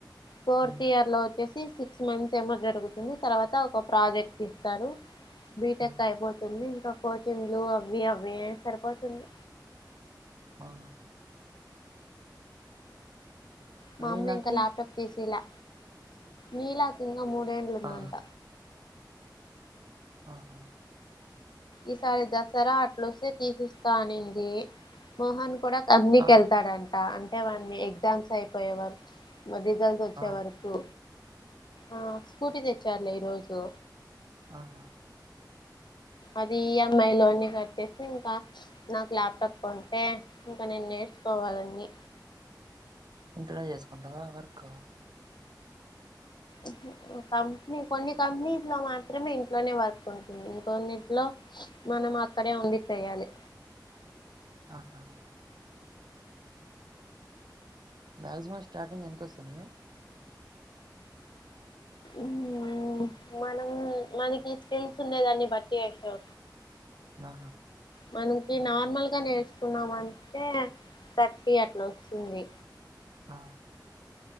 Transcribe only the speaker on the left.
పోర్త్
ఇయర్ లో చ్చేసి సిక్స్ మంత్స్ ఏమో జరుగుతుంది తర్వాత ఒక ప్రాజెక్ట్ ఇస్తారు బి టెక్కఅయిపోతుంది
ఇంకా కోచింగ్లు అవి అవి సరిపోతుంది
మా
అమ్మ ఇంకా లాప్టప్ కేసలా నీలాకి ఇంగ మూడేండ్లు ఉందంట
ఈసారి దసరా అట్లో స్తే తీసి ఇస్తానంది మోహన్ కూడా <unintelligible>
వెళ్తాడంట అంటే వాన్ని ఎగ్జామ్స్ అయిపోయేవారు మ రిజల్స్ వచ్చే
వరకు ఆ స్కూటీ తెచ్చారులే ఈరోజు
అది ఈఎంఐ లోన్ని కట్టేసి ఇంకా నాకు ల్యాప్టాప్ కొంటే ఇంకా నేను నే కోవాలన్ని
ఓహ కంపెనీ కొన్ని కంపెనీస్ లో మాత్రమే ఇంట్లోనే వర్క్ ఉంటుంది ఇంకన్నిట్లో మనం అక్కడే ఉండి చెయాలి
ఉమ్ మనం మనకి స్కిల్స్ ఉండే దాన్ని బట్టి అషో
మనకి నార్మల్గా నేర్చుకున్నామ అంటే థర్టీ అట్లా వస్తుంది